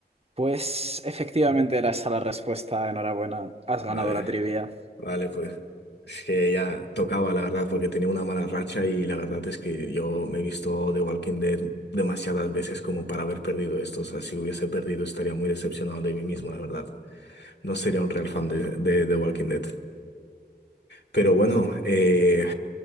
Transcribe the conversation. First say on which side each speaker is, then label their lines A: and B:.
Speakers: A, on the right; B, on the left.
A: Pues efectivamente era esa la respuesta. Enhorabuena, has
B: Vale.
A: ganado la trivia.
B: Vale, pues es que ya tocaba, la verdad, porque tenía una mala racha y la verdad es que yo me he visto The Walking Dead demasiadas veces como para haber perdido esto. O sea, si hubiese perdido estaría muy decepcionado de mí mismo, la verdad. No sería un real fan de, de, de Walking Dead. Pero bueno, eh,